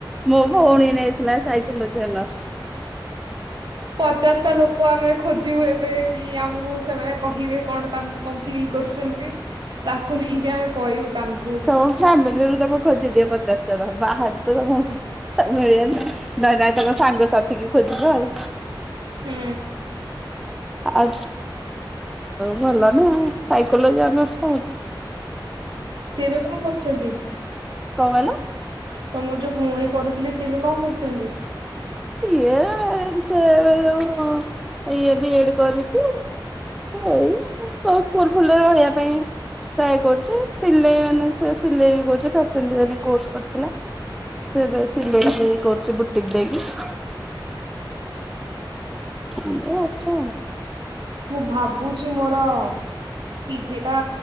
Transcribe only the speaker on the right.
ପଚାଶ ଟା ଲୋକ ଆମେ ଖୋ ଯିବୁ ଏବେ କି ଆମକୁ ସେମାନେ କହିବେ କଣ ତାଙ୍କ <unintelligible> କରୁଛନ୍ତି ତାକୁ ନେଇକି ଆମେ କହିବୁ। ତାଙ୍କୁ
ହୁଁ।
ସେ ଏବେ କଣ କରୁଚନ୍ତି?
ତମର ଯୋଉ ଭଉଣୀ କରୁଥିଲେ ସିଏ ଏବେ କଣ କରୁଛନ୍ତି।
ମୁଁ ଭାବୁଛି ମୋର ପିଜି ଟା